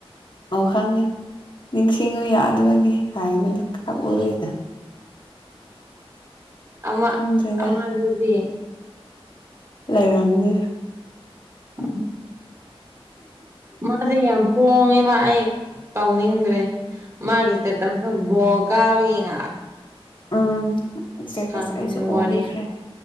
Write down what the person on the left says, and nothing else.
ꯑꯣ ꯈꯪꯉꯦ ꯅꯤꯡꯁꯤꯡꯉꯨ ꯌꯥꯗꯕꯅꯤ ꯍꯥꯏꯅꯗ ꯀꯥꯞꯎꯔꯦꯗ
ꯈꯪꯗ꯭ꯔꯦꯗ
ꯂꯩꯔꯝꯅꯦ
ꯎꯝ ꯏꯁꯇꯦꯇꯁ
ꯑꯩꯁꯨ
ꯎꯕꯤꯈ꯭ꯔꯦ